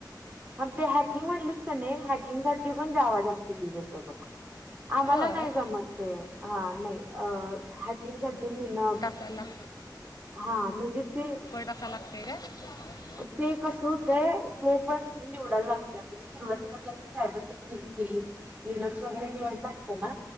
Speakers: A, on the right; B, on the left.
A: हं ते हॅकिंग म्हंटलीस का नाही, हॅकिंगसाठी पण जावा जास्त युज होतोय बघ. आम्हाला
B: होय
A: नाही जमत ते, हा नाही. अ हॅकिंग साठी लिहिणं
B: चालला.
A: हा म्हणजे ते
B: कसा लागतोय गं?
A: अ ते कसं होतंय ते पण निवडायला लागत्या. म्हणजे सुरुवातीला जरा सायबर सिक्युरिटी. <unintelligible> वगैरे निवांत असतं ना?